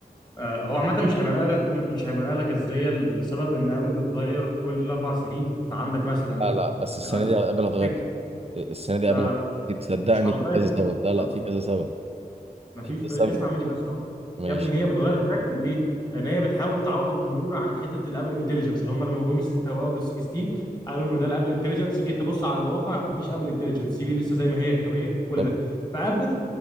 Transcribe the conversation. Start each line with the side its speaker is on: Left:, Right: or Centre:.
Left: آه، هو عامة مش هيبقى نقلة مش هيبقى نقلة جذرية لسبب إن آبل بتغير كل أربع سنين فعندك مثلا
Right: لا لا بس السنه
Left: الأيفون
Right: دي قبل هتغير
Left: 6
Right: كتير. السنه دي قبل
Left: لا لا
Right: كتير صدقني
Left: مش هتغير
Right: في كذا سبب
Left: كتير.
Right: لا لا
Left: طب
Right: في كذا سبب
Left: مفيش
Right: في كذا سبب
Left: اسمع مني بس أهو.
Right: ماشي
Left: يا ابني هي بتغير الشكل ليه؟ لأن هي بتحاول تعوض الجمهور عن حتة الآبل انتليجنس اللي هم لما جم يسوقوا لل 16 قالوا إنه ده الآبل انتليجنس جيت تبص على الواقع مفيش آبل انتليجنس سيري لسه زي ما هي غبية كل
Right: طب
Left: ده فآبل